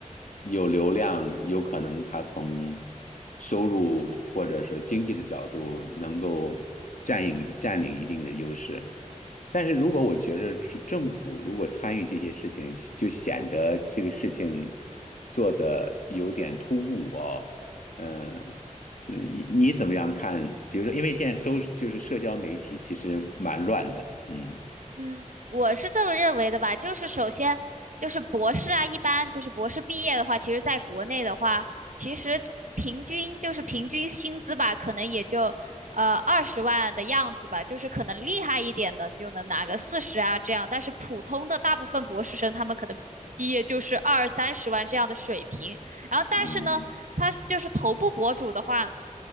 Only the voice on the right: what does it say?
嗯，我是这么认为的吧，就是首先就是博士啊，一般就是博士毕业的话，其实在国内的话，其实平均就是平均薪资吧，可能也就呃二十万的样子吧，就是可能厉害一点的就能拿个四十啊这样，但是普通的大部分博士生他们可能毕业就是二三十万这样的水平，然后但是呢，
他就是头部博主的话。